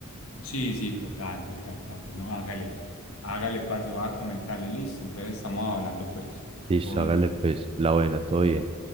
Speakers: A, on the left (about 75°); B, on the right (about 25°).
A: Sí, sí, total, total, parce. No, hágale, hágale, parce, voy a comentarle, listo. Entonces estamos hablando, pues,
B: Y
A: obvio.
B: hágale pues la buena, todo bien.